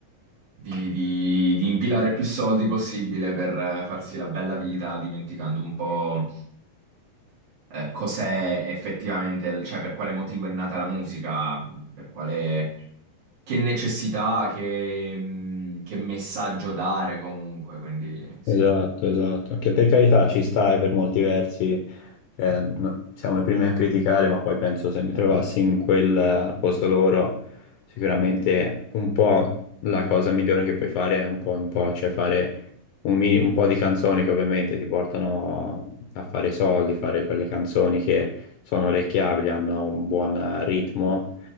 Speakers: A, on the right; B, on the left.
A: di- di- di impilare più soldi possibile per eh, farsi la bella vita, dimenticando un po' eh, cos'è effettivamente, cioè per quale motivo è nata la musica, per quale, che necessità, che, mh, che messaggio dare comunque. Quindi sì,
B: Esatto, esatto, che per carità ci stai per molti versi, cioè, no- siamo i primi a criticare, ma poi penso se mi trovassi in quel eh, al posto loro, sicuramente un po' la cosa migliore che puoi fare è un po' un po', cioè fare un, mi- un po' di canzoni che ovviamente ti portano a fare soldi, fare quelle canzoni che sono orecchiabili, hanno un buon eh, ritmo,